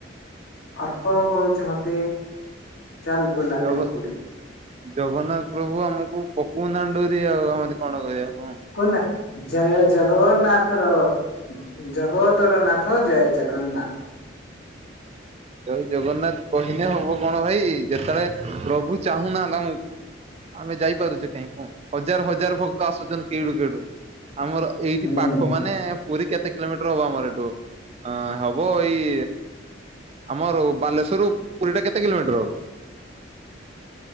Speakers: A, on the left; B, on the right.
A: ଅର୍ପଣ କରୁଚି ମତେ। ଚାଲ୍ ବୁଲା
B: ଜଗ
A: ଟିକେ ପୁରୀ।
B: ଜଗନ୍ନାଥ ପ୍ରଭୁ ଆମକୁ ପକଉ ନାହାନ୍ତି ଡୋରୀ ଆଉ ଆମରି କଣ କରିବା କୁହ।
A: କୁହ ନା ଜୟ ଜଗନ୍ନାଥ ର। ଜଗତର ନାଥ ଜୟ ଜଗନ୍ନାଥ।
B: ଜୟ ଜଗନ୍ନାଥ କହିଲେ ହବ କଣ ଭାଇ। ଯେତେବେଳେ ପ୍ରଭୁ ଚାହୁଁ ନାହାନ୍ତି ଆମକୁ। ଆମେ ଯାଇପାରୁଚେ କାହିଁ କଣ। ହଜାର ହଜାର ଭକ୍ତ ଆସୁଛନ୍ତି କେଉଡୁ କେଉଡୁ। ଆମର ଏଇଠି
A: ହୁଁ
B: ପାଖ ମାନେ ପୁରୀ କେତେ କିଲୋମିଟର ହବ ଆମର ଏଠୁ? ଅ ହବ ଏଇ ଆମର ବାଲେଶ୍ଵରରୁ ପୁରୀ ଟା କେତେ କିଲୋମିଟର ହବ?